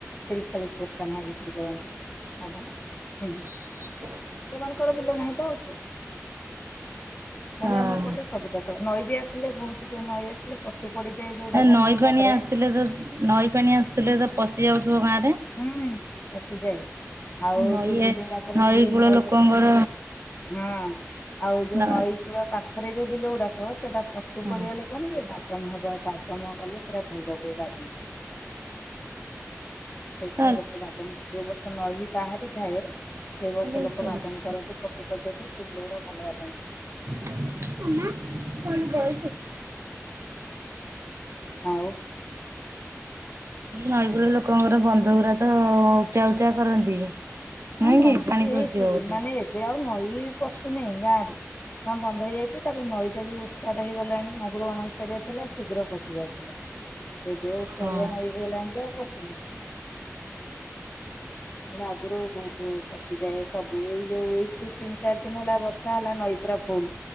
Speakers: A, on the left; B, on the right.
A: ତିରିଶ ଚାଳିଶ ବସ୍ତା <unintelligible> ବିକ୍ରି କରନ୍ତି <unintelligible> କଣ ଉଁ ହୁଁ।
B: ହ
A: ସେମାନଙ୍କର ବିଲ ନାହିଁ ତ ଅଳ୍ପ ହେଲେ
B: ହଁ।
A: ଆମ ଏପଟେ ସବୁ ଚାଷ ନଈ ବି ଆସ୍ ସିଲେ ବୋହୁତୁ ଯୋଉ ନଈ ଆସିଲେ ପଟୁ ପଡିଯାଏ ଯୋଉ ବାଦାମ
B: ନଈ
A: ବିଲଗୁଡାକରେ
B: <unintelligible> ନଈ ପାଣି ଆସୁଥୁଲେ ତ ପଶିଯାଉଥୁବ ଗାଁରେ।
A: ହୁଁ ପଶିଯାଏ ଆଉ
B: ନଈ
A: ଯୋଉ ବିଲଉଡାକରେ ସିଏ
B: କୂଳ
A: ନଈ
B: ଲୋକଙ୍କର
A: ପ <unintelligible> ଆଉ ଯୋଉ
B: ନା
A: ନଈ କୂଳ ପା ଖରେ ଯୋଉ ବିଲଗୁଡାକ ସେଇଟା ପଟୁ
B: ହଁ
A: ପଡିଗଲେ କଣ କି ବାଦାମ ଭଲ ହ <unintelligible> ତମ କଲେ ସେଇଟା ଭଲ ହୁଏ ବା କାଇଁ
B: ହୁଁ।
A: ଲୋକ ବାଦାମ ଯୋଉ ବର୍ଷ ନହି ବାହାରିଥାଏ ଏ ବର୍ଷ
B: ଖାଲି
A: ଲୋକ
B: ସେ
A: ବାଦାମ
B: ଗୋଟେ
A: କରନ୍ତି ପଟୁ ପଡିଯାଏ ଥାଏ ସେ ବିଲଗୁଡା ଭଲ ବାଦାମ ହୁଏ।
B: <unintelligible>
A: ଆଉ
B: ନଇ କୂଳ ଲୋକଙ୍କର ବନ୍ଧ ଗୁରା ତ ଉଚା ଉଚ୍ଚା କରନ୍ତି। ନୁହେଁ
A: ହଁ ବନ୍ଧ
B: କି ପାଣି
A: ବି
B: ପଶିଯିବ
A: ହେଇଛି
B: ବୋଲି
A: ମାନେ ଏବେ ଆଉ ନଈ ପସ ଶୁ ନେଇ ଗାଁ ରେ ହଁ ବନ୍ଦ ହେଇଯାଇଚି ତାପରେ ନଈଟା ବି ଓସ୍ ସାରିଆ ହେଇଗଲାଣି ଆଗରୁ ଅଣ ଓସାରିଆ ଥିଲା ଶୀଘ୍ର ପଶି ଯାଉଥିଲା ଏବେ ଓସାରିଆ
B: ହଁ।
A: ନଈ ହେଇଗଲାଣି ଯେ ଆଉ ପଶୁନି ହେଲେ ଆଗରୁ ବହୁତ ପଶିଯାଏ ସବୁ ଏଇ ଯୋଉ ଏଇ ଯୋଉ ତିନି ଚାରି ଦିନ ହେଲା ବର୍ଷା ବର୍ଷା ହେଲା ନଈପୁରା ଫୁଲ